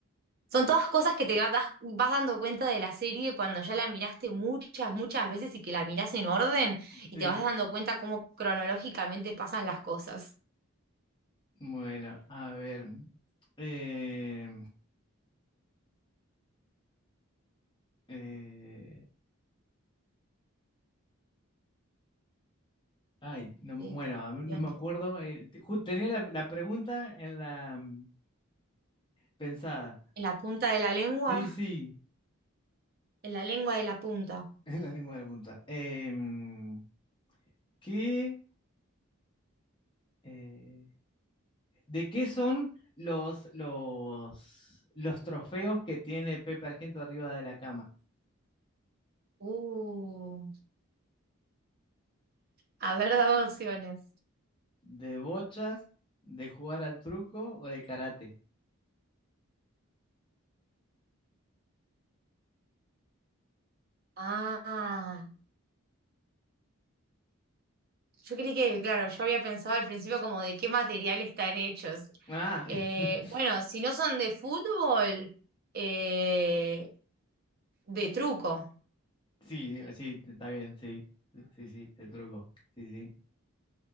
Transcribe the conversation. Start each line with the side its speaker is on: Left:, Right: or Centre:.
Right: Son todas cosas que te ga- das- vas dando cuenta de la serie cuando ya la miraste muchas, muchas veces y que la mirás en orden y
Left: Sí,
Right: te vas dando cuenta cómo cronológicamente pasan las cosas.
Left: bueno, a ver. eh, eh, Ay, no, bueno,
Right: Eh,
Left: a mí
Right: bien.
Left: no me acuerdo. eh, te- ju- tenía la, la pregunta en la mm, pensada.
Right: En la punta de la lengua,
Left: Sí, sí,
Right: en la lengua de la punta.
Left: <laughs> en la lengua de la punta. Em, ¿qué? eh, ¿De qué son los, los, los trofeos que tiene Pepe Argento arriba de la cama?
Right: Uh, a ver, dame opciones.
Left: ¿De bochas, de jugar al truco o de karate?
Right: Ah. Yo creí que, claro, yo había pensado al principio como de qué material están hechos.
Left: Ah,
Right: Eh,
Left: <laughs>
Right: bueno, si no son de fútbol, eh, de truco.
Left: sí, sí, está bien, sí, sí, sí, de truco, sí, sí.